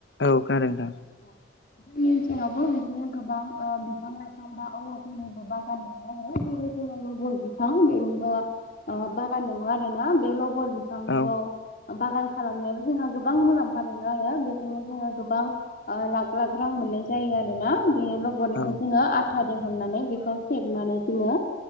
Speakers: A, on the left (about 65°); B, on the left (about 50°).
A: औ खोनादों नोंथां
B: जोंनि ओनसोलावबो बिदिनो गोबां बिफां लाइफां बा औ जों बबा गान आरो लबर बिफां बेनिबो बागान दङ आरो ना बे लबर बिफांखौ
A: औ
B: बागान खालामनायाबो जोंहा गोबां मुलाम्फा दंङो आरो बेजोंनो जोंङो गोबां लाख लाख रां मोननाय जायो आरो ना बे लब'निफ्राय
A: औ
B: जोंङो आथा हरनानै बेखौ हेबनानै जोंङो